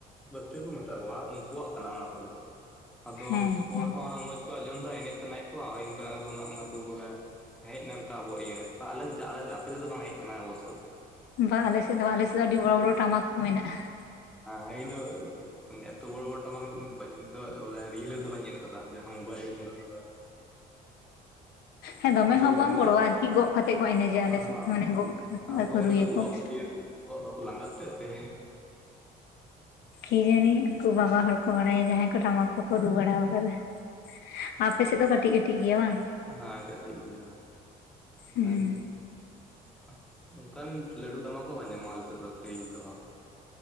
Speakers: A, in the centre; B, on the left.
A: ᱵᱟᱹᱲᱛᱤ ᱦᱚᱠᱚ ᱢᱮᱛᱟ ᱠᱚᱣᱟ ᱩᱱᱠᱩᱣᱟᱜ ᱠᱟᱱᱟ ᱚᱱᱟ ᱠᱚᱫᱚ ᱾ ᱟᱫᱚ
B: ᱦᱮᱸ
A: ᱦᱚᱲ ᱦᱚᱸ ᱚᱱᱟ ᱢᱚᱸᱡᱽ ᱠᱚ ᱟᱸᱡᱚᱢ ᱫᱟ ᱮᱱᱮᱡ ᱥᱟᱱᱟᱭᱮᱫ ᱠᱚᱣᱟ, ᱦᱳᱭ ᱚᱱᱠᱟᱱᱟᱜ ᱟᱫᱚ ᱚᱱᱟ ᱚᱱᱟ ᱛᱮᱜᱮ ᱵᱚᱞᱮ ᱦᱮᱡ ᱮᱱᱟ ᱢᱤᱫᱴᱟᱝ ᱟᱵᱚᱣᱟᱜ ᱤᱭᱟᱹᱨᱮ ᱾ <unintelligible> ᱟᱯᱮ ᱥᱮᱫᱚ ᱵᱟᱝ ᱦᱮᱡ ᱟᱠᱟᱱᱟ ᱚᱵᱚᱥᱥᱚ ᱾
B: ᱵᱟᱝ ᱟᱞᱮ ᱥᱮᱫ ᱫᱚ ᱟᱞᱮ ᱥᱮᱫ ᱫᱚ ᱟᱹᱰᱤ ᱵᱚᱲᱚ ᱵᱚᱲᱚ ᱴᱟᱢᱟᱠ ᱠᱚ ᱢᱮᱱᱟᱜᱼᱟ ᱾
A: ᱦᱮᱸ, ᱦᱮᱸ ᱤᱱᱟ ᱮᱛᱚ ᱵᱚᱲᱚ ᱵᱚᱲᱚ ᱴᱟᱢᱟᱠ ᱤᱧ ᱫᱚ ᱵᱚᱞᱮ ᱨᱤᱭᱮᱞ ᱨᱮᱫᱚ ᱵᱟᱹᱧ ᱧᱮᱞ ᱟᱠᱟᱫᱟ ᱾ ᱡᱟᱦᱟ ᱢᱳᱵᱟᱭᱤᱞ ᱨᱮᱜᱮ ᱧᱮᱞ ᱦᱳᱭᱳᱜ-ᱟ ᱾
B: ᱦᱮᱸ ᱫᱚᱢᱮ
A: ᱟᱫᱚ
B: ᱦᱚᱸ ᱵᱟᱝ
A: ᱚᱱᱟ
B: ᱵᱚᱲᱚᱣᱟ ᱟᱨᱠᱤ ᱜᱚᱜ ᱠᱟᱛᱮᱜ
A: <inaudible>
B: ᱠᱚ ᱮᱱᱮᱡᱟ ᱟᱞᱮ ᱥᱮᱫ
A: ᱦᱟᱸ,
B: ᱢᱟᱱᱮ ᱜᱚᱜ
A: ᱟᱫᱚ
B: ᱟᱨᱠᱚ ᱨᱩᱭᱟᱠᱚ
A: ᱚᱱᱟ ᱫᱚ ᱜᱚᱜ ᱤᱭᱟᱹ ᱜᱚᱜ ᱫᱚᱠᱚ ᱞᱟᱸᱜᱟᱜ ᱛᱮ ᱥᱮ
B: ᱠᱤ ᱡᱟᱹᱱᱤ ᱩᱱᱠᱩ ᱵᱟᱵᱟ ᱦᱚᱲ ᱠᱚ ᱵᱟᱲᱟᱭᱟ ᱡᱟᱦᱟᱸᱭ ᱠᱚ ᱴᱟᱢᱟᱠ ᱠᱚᱠᱚ ᱨᱩ ᱵᱟᱲᱟ ᱟᱠᱟᱫᱟ ᱾ ᱟᱯᱮ ᱥᱮᱫ ᱫᱚ ᱠᱟᱹᱴᱤᱡ ᱠᱟᱹᱴᱤᱡ ᱜᱮᱭᱟ ᱵᱟᱝ?
A: ᱦᱮᱸ ᱠᱟᱹᱴᱤᱡ ᱜᱮᱭᱟ <unintelligible>
B: ᱦᱩᱸ
A: ᱚᱱᱠᱟᱱ ᱞᱟᱹᱴᱩ ᱴᱟᱢᱟᱠ ᱦᱚ ᱵᱟᱝ ᱧᱟᱢᱚᱜᱼᱟ ᱟᱞᱮ ᱥᱮᱫ ᱫᱚ ᱠᱤᱨᱤᱧ ᱛᱮᱦᱚ ᱾